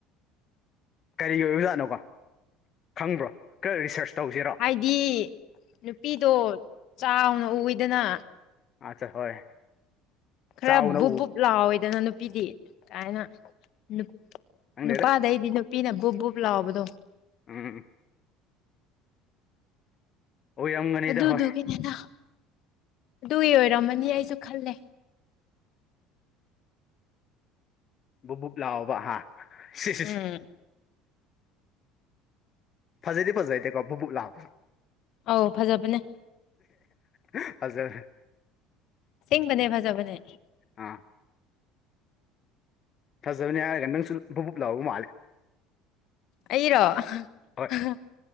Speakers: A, on the left (about 40°); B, on the left (about 60°).
A: ꯀꯔꯤꯒꯤ ꯑꯣꯏꯕ ꯖꯥꯠꯅꯣꯀꯣ ꯈꯪꯕ꯭ꯔꯣ ꯈꯔ ꯔꯤꯁꯔꯁ ꯇꯧꯁꯤꯔꯣ
B: ꯍꯥꯏꯗꯤ ꯅꯨꯄꯤꯗꯣ ꯆꯥꯎꯅ ꯎꯋꯤꯗꯅ
A: ꯑꯆꯥ ꯍꯣꯏ
B: ꯈꯔ
A: ꯆꯥꯎꯅ
B: ꯕꯨꯞ
A: ꯎ
B: ꯕꯨꯞ ꯂꯥꯎꯋꯦꯗꯅ ꯅꯨꯄꯤꯗꯤ ꯀꯥꯏꯅ ꯅꯨꯞ
A: ꯈꯪꯗꯦꯗ
B: ꯅꯨꯄꯥꯗꯩꯗꯤ ꯅꯨꯄꯤꯅ ꯕꯨꯞ ꯕꯨꯞ ꯂꯥꯎꯕꯗꯣ
A: ꯎꯝ ꯑꯣꯏꯔꯝꯒꯅꯤꯗ
B: ꯑꯗꯨꯗꯨꯒꯤꯅꯦꯅ
A: ꯍꯣꯏ
B: ꯑꯗꯨꯒꯤ ꯑꯣꯏꯔꯝꯃꯅꯤ ꯑꯩꯁꯨ ꯈꯜꯂꯦ
A: ꯕꯨꯞ ꯕꯨꯞ ꯂꯥꯎꯕ ꯍꯥ ꯁꯤ ꯁꯤꯁ
B: ꯎꯝ
A: ꯐꯖꯩꯗꯤ ꯐꯖꯩꯗꯀꯣ ꯕꯨꯞ ꯕꯨꯞ ꯂꯥꯎꯕꯁꯦ
B: ꯑꯧ ꯐꯖꯕꯅꯦ
A: ꯍꯥ ꯐꯖꯩ
B: ꯑꯁꯦꯡꯕꯅꯦ ꯐꯖꯥꯕꯅꯦ
A: ꯑꯥ ꯐꯖꯕꯅꯦ ꯍꯥꯏꯔꯒ ꯅꯪꯁꯨ ꯕꯨꯞ ꯕꯨꯨꯞ ꯂꯥꯎꯕ ꯃꯥꯜꯂꯦ
B: ꯑꯩꯔꯣ ꯑꯍꯥ
A: ꯍꯣꯏ
B: ꯍꯥꯍꯥ